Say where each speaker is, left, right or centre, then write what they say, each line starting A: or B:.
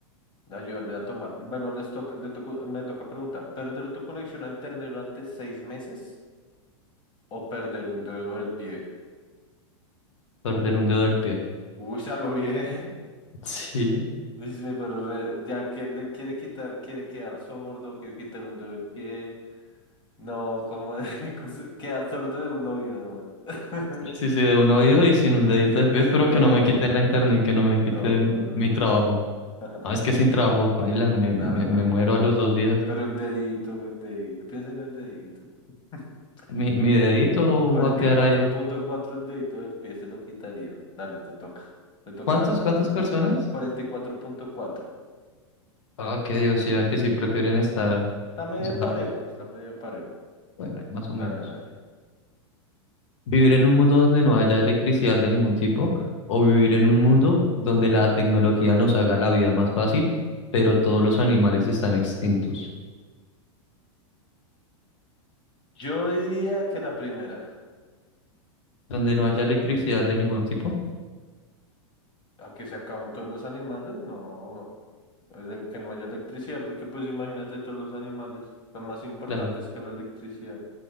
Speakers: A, on the left (about 30°); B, on the left (about 75°).
A: ayudarle a tomar. Bueno, les toca, le toco- me toca preguntar, ¿perder tu conexión a internet durante seis meses o perder un dedo del pie?
B: Perder un dedo del pie.
A: Uy, ya lo bien. <laughs>
B: Sí.
A: Dice, pero re- ya que le quiere quitar, quiere quedar sordo, quiere quitar un dedo del pie. No, como <laughs> quedar sordo de un oído nomás. <laughs>
B: Sí, sí, sí, de un oído y sin un dedito
A: Y que,
B: de
A: y
B: pie,
A: si-
B: pero
A: no,
B: que no me quiten la internet, que no me quiten
A: no, no,
B: mi trabajo.
A: no, <laughs>
B: Ah, es que sin trabajo, paila, me,
A: Claro.
B: me, me muero a los dos días.
A: Pero el dedito, el dedito. Piensa en el dedito. <laughs>
B: Mi, mi dedito
A: Cuarenta
B: va a quedar
A: y cuatro
B: ahí.
A: punto cuatro el dedito del pie se lo quitarían. Dale, te toca. Te toca
B: ¿Cuántos, cuántas personas?
A: cuarenta y cuatro punto cuatro.
B: Ah, Ok, o sea, que si prefieren estar,
A: Está medio
B: o sea,
A: parejo,
B: la-
A: está medio parejo.
B: bueno, ahí más o
A: Dale,
B: menos.
A: dale.
B: Vivir en un mundo donde no haya electricidad de ningún tipo, o vivir en un mundo donde la tecnología nos haga la vida más fácil, pero todos los animales están extintos.
A: Yo diría que la primera,
B: Donde no haya electricidad de ningún tipo,
A: a que se acaben todos los animales, no, es de que no haya electricidad, porque pues imagínate todos los animales son más importantes
B: claro.
A: que la electricidad.